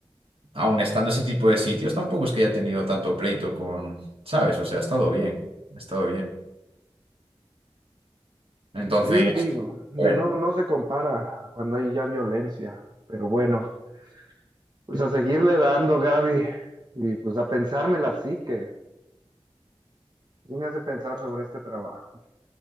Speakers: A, on the right (about 70°); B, on the right (about 45°).
A: aun estando ese tipo de sitios, tampoco es que haya tenido tanto pleito con, ¿sabes? O sea, ha estado bien, ha estado bien. Entonces,
B: Sí, digo, de
A: bueno,
B: nuevo no se compara a cuando hay ya violencia, pero bueno, pues a seguirle dando, Gaby, y pues a pensármela así que sí me hace pensar sobre este trabajo.